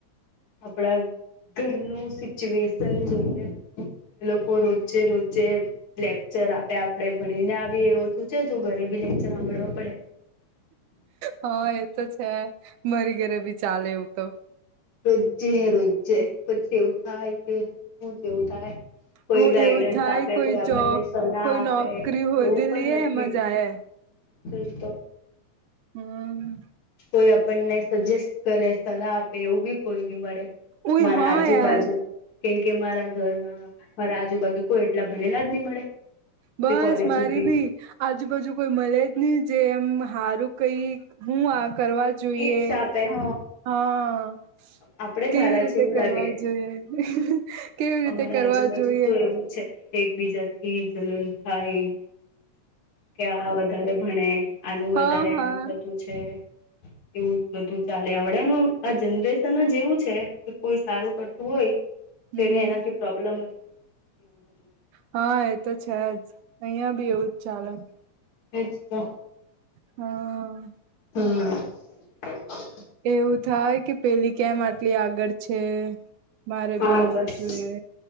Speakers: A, on the left; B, on the right.
A: આપણા ઘરનું સિચ્યુએશન જોઈને, તો એ લોકો રોજે રોજે લેકચર આપે આપડે ભણીને આવીએ એવો શું છે, જો ઘરે બી લેક્ચર સાંભળવા પડે
B: હા એ તો છે, મારી ઘરે ભી ચાલે એવું તો
A: રોજે રોજે પછી એવું થાય કે શું એવું થાય. કોઈ
B: હું
A: ગાઈડન્સ
B: એવું થાય
A: આપે કોઈ આપણને
B: જોબ
A: સલાહ
B: કોઈ
A: આપે
B: નોકરી હોધી
A: એવું પણ
B: લઈએ
A: નથી.
B: એમાં જાય
A: શ તો
B: હમ
A: કોઈ આપણને સજેસ્ટ કરે સલાહ આપે એવું બી કોઈ નની મળે
B: ઓય
A: મારા
B: હા
A: આજુબાજુ
B: યાર
A: કેમ કે મારા ઘરમાં મારા આજુબાજુ કોઈ એટલા ભણેલા જ નહી, મળે
B: બસ
A: જે કોલેજ
B: મારી
A: સુધી
B: ભી આજુબાજુ કોઈ મળે જ નહી જે એમ સારું કઈ હુ, આ કરવા જોઈએ
A: ટીપ્સ આપે હ
B: હા
A: આપડે જ
B: કેવી
A: હારા
B: રીતે
A: છે એવું
B: કરવા
A: લાગે
B: જોઈએ કેવી
A: અમારા
B: રીતે કરવા
A: આજુબાજુ
B: જોઈએ
A: તો એવું જ છે. એકબીજા થી જલન થાય. કે આ વધારે ભણે આનું વધારે
B: હા
A: આમ
B: હા
A: થતું છે. એવું જ બધું ચાલે આવડનું આ જનરેશન જ એવું છે, કે કોઈ સારું કરતું હોય
B: હમ
A: તોને એનાથી પ્રોબ્લેમ જ હોય એવું બધુ
B: હા, એ તો છે, જ અહિયાં બી એવું જ ચાલે
A: એ જ તો
B: હા
A: હમ
B: એવું થાય કે પેલી કેમ આટલી આગળ છે. મારે
A: હા
B: ભી હોવું
A: બસ
B: જોઈએ.